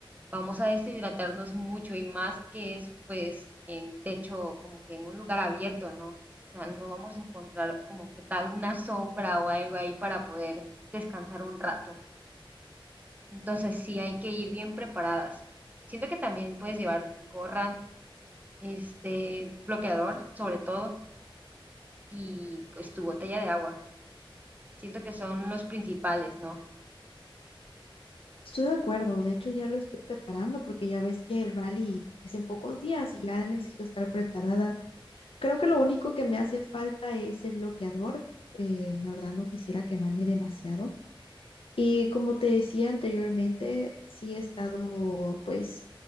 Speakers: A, on the right; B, on the left.
A: vamos a deshidratarnos mucho y más que es pues en techo, como que en un lugar abierto, ¿no? O sea, no vamos a encontrar como que tal una sombra o algo ahí para poder descansar un rato. Entonces sí hay que ir bien preparadas. Siento que también puedes llevar gorra, este bloqueador sobre todo y pues tu botella de agua. Siento que son los principales, ¿no?
B: Estoy de acuerdo, de hecho ya lo estoy preparando porque ya ves que el rally es en pocos días y ya necesito estar preparada. Creo que lo único que me hace falta es el bloqueador. eh, la verdad no quisiera quemarme demasiado. Y como te decía anteriormente, sí he estado pues